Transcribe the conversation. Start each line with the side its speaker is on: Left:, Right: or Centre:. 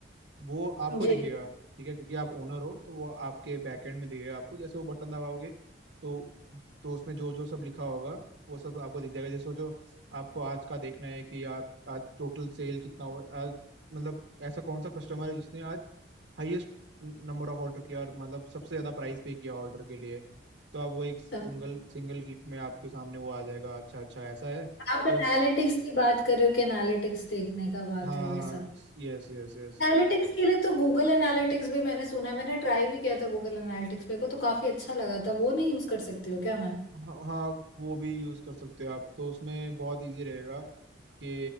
Right: वो आपको
Left: जी
Right: दिखेगा ठीक है क्योंकि आप ओनर हो तो वो आपके बैकएंड में दिखेगा आपको जैसे वो बटन दबाओगे तो तो उसमें जो जो सब लिखा होगा वो सब आपको दिख जाएगा जैसे सोचो आपको आज का देखना है कि यार आज टोटल सेल कितना हुआ आज मतलब ऐसा कौन सा कस्टमर है जिसने आज हाईएस्ट नंबर ऑफ ऑर्डर किया और मतलब सबसे ज्यादा प्राइस पे किया ऑर्डर के लिए तो आप वो एक सिंगल
Left: तो
Right: सिंगल क्लिक में आपके सामने वो आ जाएगा अच्छा अच्छा ऐसा है
Left: आप
Right: तो
Left: एनालिटिक्स
Right: इस
Left: की बात कर रहे हो कि एनालिटिक्स देखने का बात
Right: हाँ
Left: है
Right: हाँ
Left: ये
Right: यस यस यस
Left: एनालिटिक्स के लिए तो गूगल एनालिटिक्स भी मैंने सुना है मैंने ट्राई भी किया था गूगल एनालिटिक्स मेरे को तो काफी अच्छा लगा था वो नहीं यूज कर सकती हो क्या मैं
Right: हाँ हाँ, वो भी यूज कर सकते हो आप तो उसमें बहुत इजी रहेगा कि